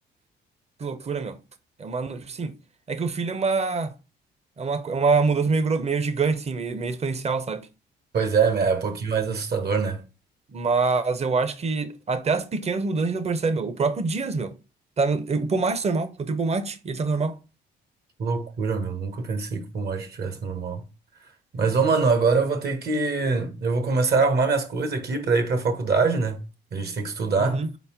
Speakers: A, on the right; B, on the right.
A: Que loucura, meu. É uma. no- Sim. É que o filho é uma. É uma, é uma mudança meio, gro- meio gigante, assim, meio, meio exponencial, sabe?
B: Pois é, né? é um pouquinho mais assustador, né?
A: Mas eu acho que até as pequenas mudanças a gente não percebe, meu. O próprio Dias, meu. Tá, o pomate tá normal. Botei o pomate e ele tá normal.
B: Que Loucura, meu. Nunca pensei que o pulmão tivesse normal. Mas, ô, mano, agora eu vou ter que. Eu vou começar a arrumar minhas coisas aqui pra ir pra faculdade, né? A gente tem que estudar.
A: Uhum.